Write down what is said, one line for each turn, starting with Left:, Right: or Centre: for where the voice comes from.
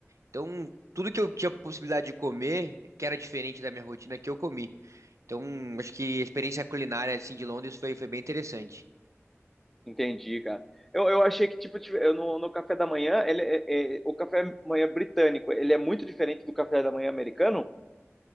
Right: Então, tudo que eu tinha possibilidade de comer, que era diferente da minha rotina, que eu comi. Então, acho que a experiência culinária, assim, de Londres foi, foi bem interessante.
Centre: entendi, cara. Eu, eu achei que, tipo, tive- eu, no, no café da manhã, ele, é- é- o café da manhã britânico, ele é muito diferente do café da manhã americano?